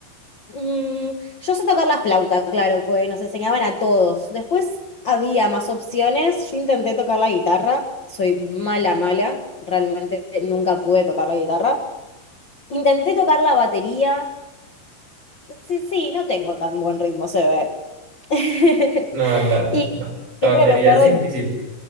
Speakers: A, on the left (about 75°); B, on the right (about 90°).
A: mm, yo sé tocar la flauta, claro, pues nos enseñaban a todos. Después había más opciones. Yo intenté tocar la guitarra. Soy mala, mala. Realmente nunca pude tocar la guitarra. Intenté tocar la batería. Sí, sí, no tengo tan buen ritmo, se ve. <laughs>
B: no, la, la
A: Y
B: la
A: siempre
B: batería
A: me acuerdo
B: es difícil.